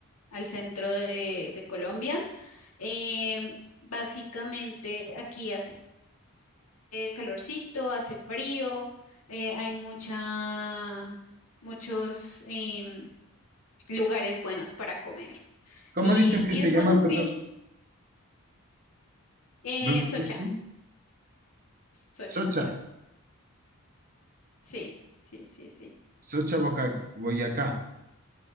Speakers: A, on the left; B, on the right.
A: al centro de, de Colombia. Em, básicamente, aquí hace calorcito, hace frío, eh, hay mucha, muchos em, lugares buenos para comer
B: ¿Cómo
A: y,
B: dices que
A: y
B: se
A: es
B: llama,
A: bueno vivir.
B: perdón?
A: Eh,
B: ¿Dónde
A: Socha,
B: vives tú?
A: Socha,
B: Socha,
A: sí, sí, sí, sí.
B: Socha Boca- Boyacá,